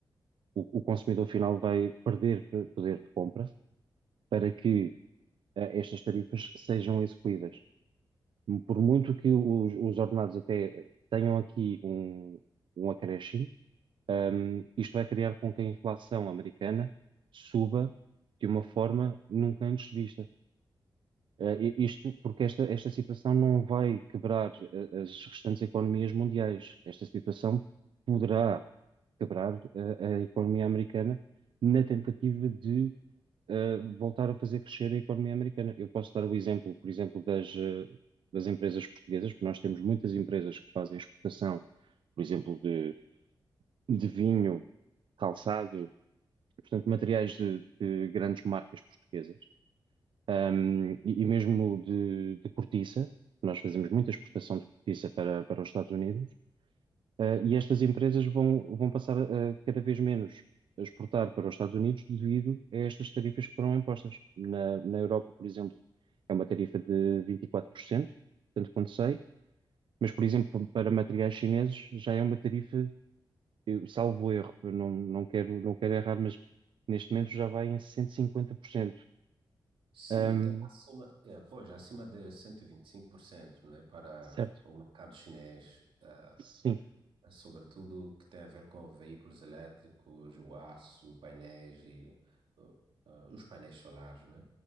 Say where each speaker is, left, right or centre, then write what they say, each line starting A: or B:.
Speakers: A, on the right; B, on the right.
A: o, o consumidor final vai perder p- poder de compra para que, eh, estas tarifas sejam execuídas. Por muito que os, os ordenados até tenham aqui um, um acréscimo, um, isto vai criar com que a inflação americana suba de uma forma nunca antes vista. Eh, e- isto porque esta, esta situação não vai quebrar eh, as restantes economias mundiais. Esta situação poderá quebrar a, a economia americana na tentativa de eh, voltar a fazer crescer a economia americana. Eu posso dar o exemplo, por exemplo, das, eh, das empresas portuguesas, porque nós temos muitas empresas que fazem exportação, por exemplo, de, de vinho, calçado, portanto, materiais de, de grandes marcas portuguesas, Ahm, e, e mesmo de, de cortiça. Nós fazemos muita exportação de cortiça para, para os Estados Unidos. Uh, e estas empresas vão, vão passar a cada vez menos a exportar para os Estados Unidos devido a estas tarifas que foram impostas. Na, na Europa, por exemplo, é uma tarifa de vinte e quatro por cento tanto quanto sei, mas, por exemplo, para materiais chineses já é uma tarifa, eu, salvo erro, eu não, não quero, não quero errar, mas neste momento já vai em 150%.
B: Sim,
A: Um,
B: tá acima, é, pois, acima de 125%, não é, para
A: certo,
B: o mercado chinês, eh,
A: sim.
B: Sobretudo o que tem a ver com veículos elétricos, o aço, painéis e uh, uh, os painéis solares, né?